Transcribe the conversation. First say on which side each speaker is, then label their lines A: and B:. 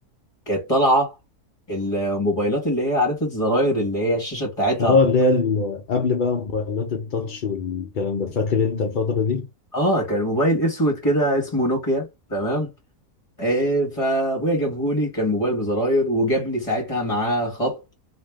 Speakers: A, on the left (about 20°); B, on the left (about 55°).
A: كانت طالعه الموبايلات اللي هي عرفت زراير اللي هي الشاشه بتاعتها
B: اه اللي هي ال- قبل بقى موبايلات التاتش والكلام ده فاكر انت الفترة دي؟
A: اه كان موبايل اسود كده اسمه نوكيا تمام آه، فابويا جابهولي كان موبايل بزراير وجاب لي ساعتها معاه خط